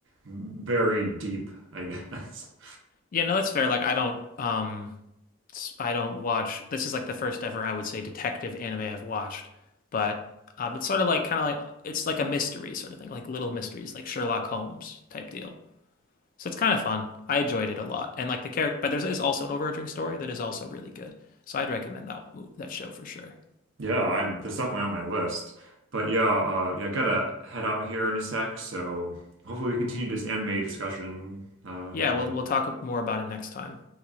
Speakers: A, on the right (about 60°); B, on the left (about 40°).
A: very deep. I guess. <laughs>
B: Yeah, no, that's fair. Like I don't um I I don't watch. This is like the first ever I would say detective anime I've watched, but um, it's sort of like kind of like it's like a mystery sort of thing, like little mysteries, like Sherlock Holmes type deal. So it's kind of fun. I enjoyed it a lot, and like the character, but there's is also an overarching story that is also really good. So I'd recommend that move that show for sure.
A: Yeah, I'm, that's definitely on my list. But yeah, uh, yeah, I gotta head out here in a sec. So hopefully we continue this anime discussion. Uh,
B: Yeah,
A: and,
B: we'll we'll
A: uh,
B: talk more about it next time.